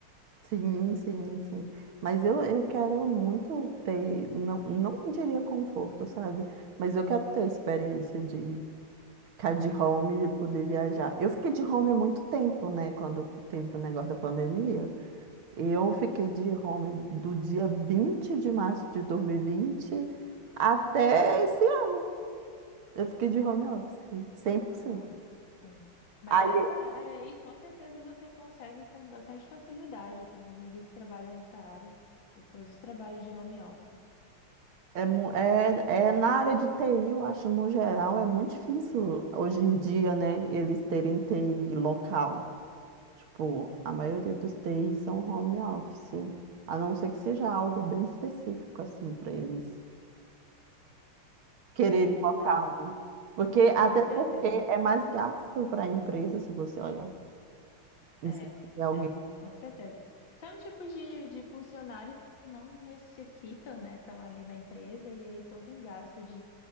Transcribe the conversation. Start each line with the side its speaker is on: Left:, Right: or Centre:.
Right: Sim, sim, sim. Mas eu, eu quero muito ter, não, não diria conforto, sabe? Mas eu quero ter a experiência de ficar de home e poder viajar. Eu fiquei de home muito tempo, né? Quando teve o negócio da pandemia. Eu fiquei de home do dia 20 de março de 2020 até esse ano. Eu fiquei de home office, cem por cento
Left: Nossa, sim. Mas
Right: Aí
Left: essa área aí, com certeza você consegue com bastante facilidade. Eu tenho uma amiga que trabalha nessa área e todos os trabalhos de home office.
Right: É, mu- é, é na área de TI, eu acho, no geral, é muito difícil hoje em dia, né, eles terem TI local. Tipo, a maioria dos TIs são home office, a não ser que seja algo bem específico, assim, para eles quererem
Left: É,
Right: local,
Left: exato,
Right: né? Porque, até
Left: com certeza.
Right: porque é mais gasto para a empresa, se você olha, se
Left: É,
Right: você tiver alguém.
Left: é, com certeza. São tipos de, de funcionários que não necessitam, né? Estão ali na empresa e aí todo um gasto de,